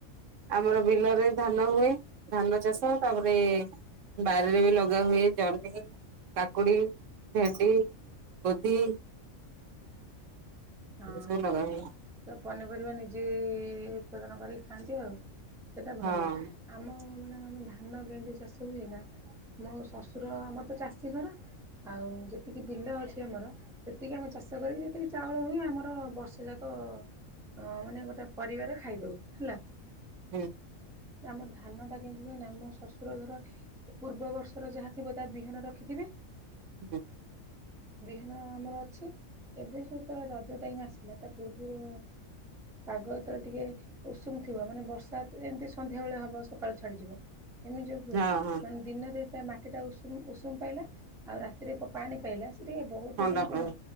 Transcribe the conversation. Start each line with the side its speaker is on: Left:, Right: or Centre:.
Right: ଆମର ବିଲରେ ଧାନ ହୁଏ ଧାନ ଚାଷ ତାପରେ ବାରିରେ ବି ଲଗା ହୁଏ ଜହ୍ନି କାକୁଡି ଭେଣ୍ଡି ବୋଧି
Centre: ହଁ
Right: ଏ ସବୁ ଲଗା ହୁଏ
Centre: ସେ ପନିପରିବା ନିଜେ ଉପଦନ କରିକି ଖାଆନ୍ତି ଆଉ ସେଇଟା ଭଲ
Right: ହଁ
Centre: ଆମ ଁ ମ୍ୟାଡ଼ ଆମ ଧାନ ଗେଣ୍ଡି ଚାଷ ହୁଏ ନା ମୁୋ ଶ୍ଶୁର ଆମର ତ ଚାଷୀ ଘର ଆଉ ଯେତିକି ବିଲ ଅଛି ଆମର ସେତିକି ଆମେ ଚାଷ କରିକି ଯେତିକି ଚାଉଳ ହୁଏ ଆ ଆମର ବର୍ଷ ଯାକ ଅ ମାନେ ଗୋଟେ ପରିବାର ଖାଇଦଉ ହେଲା
Right: ହୁଁ।
Centre: ଆମ ଧାନଟା କିଣିଥିବେ ନା ଆମ ଶ୍ୱଶୁର ଧର ପୂର୍ବବର୍ଷର ଯାହାଥିବ ତା ବିହନ ରଖିଥିବେ
Right: ହୁଁ।
Centre: ବିହନ ଆମର ଅଛି ଏବେ ଯେଉତେବେଳେ ରଜ ଟାଇମ ଆସିଲା ତା ପୂର୍ବରୁ ପାଗ ଯେତେବେଳେ ଟିକେ ଉଷୁମ ଥିବ ମାନେ ବର୍ଷା ଏମିତି ସନ୍ଧ୍ୟାବେେଳେ ହବ ସକାଳୁ ଛାଡିଯିବ ଏମିତିଉ ହୁଏ
Right: ହଁ ହଁ
Centre: ମାନେ ଦିନରେ ମାଟି ଟା ଉଷୁମ ଉଷୁମ ପାଇଲା ଆଉ ରାତିରେ ପାଣି ପାଇଲା। ସେ ଟିକେ ବହୁତ
Right: ଥଣ୍ଡା
Centre: ମାନେ
Right: ପାଇଁ
Centre: କଣ